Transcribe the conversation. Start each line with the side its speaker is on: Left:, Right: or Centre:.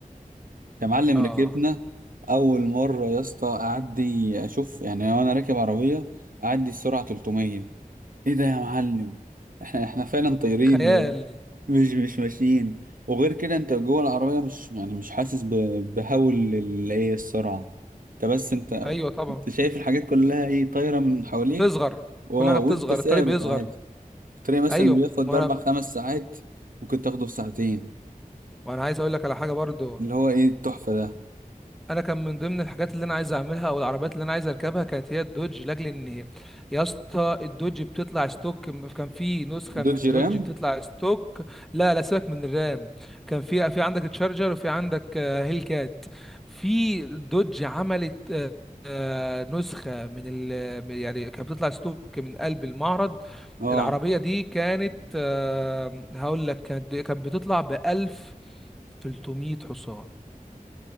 Right: يا معلم
Centre: اه
Right: ركبنا اول مرة يا اسطى اعدي اشوف يعني وانا راكب عربية اعدي السرعة 300 ايه ده يا معلم احنا احنا فعلا طايرين
Centre: خيال
Right: مش مش ماشيين وغير كده انت جوه العربية مش يعني مش حاسس ب- بهول ال- ايه السرعة انت بس انت
Centre: ايوه طبعا
Right: انت شايف الحاجات كلها ايه طايرة من حواليك
Centre: بتصغر
Right: واو
Centre: كل حاجه بتصغر
Right: وانت ثابت
Centre: الطريق بيصغر
Right: عادي الطريق مثلا
Centre: ايوه
Right: اللي بياخد
Centre: وانا
Right: اربع خمس ساعات ممكن تاخده في ساعتين
Centre: وانا عايز اقول لك على حاجه برضو
Right: اللي هو ايه التحفة ده
Centre: انا كان من ضمن الحاجات اللي انا عايز اعملها او العربيات اللي انا عايز اركبها كانت هي الدوج لاجل ان هي يا اسطى الدوج بتطلع ستوك كان في نسخه من
Right: دوجي
Centre: الدوج
Right: رام
Centre: بتطلع ستوك لا لا سيبك من الرام كان في في عندك تشارجر وفي عندك آه، هيل كات في دوج عملت آه، آه، نسخه من ال من- يعني كانت بتطلع ستوك من قلب المعرض
Right: اه
Centre: العربيه دي كانت آه، هقول لك كانت كانت بتطلع ب 1300 حصان